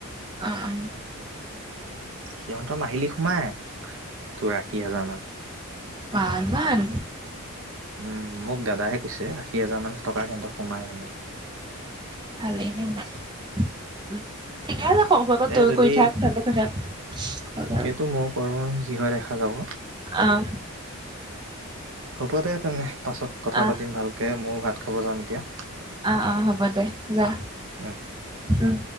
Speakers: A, on the right; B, on the right.
A: অ'- অ'।
B: সিহঁতৰ মাহিলী সোমাই তোৰ আশী হাজাৰ মান।
A: বা' ইমান?
B: উম মোক দাদাহে কৈছে আশী হাজাৰ মান টকা সিহঁতৰ সোমাই মানে।
A: ভালেই ঠিকে আছে সৰু সোৰাকে
B: দে
A: তয়ো
B: যদি
A: কৰি থাক <unintelligible> থাক
B: সেইটো মওঁ কৰো যি হয় দেখা যাব।
A: অ'।
B: হ'ব দে তেনে পাছত কথা
A: অ
B: পাতিম ভালকে মোৰ ভাত খাব যাম এতিয়া।
A: অহ-অহ, হ'ব দে যা
B: উম
A: উম,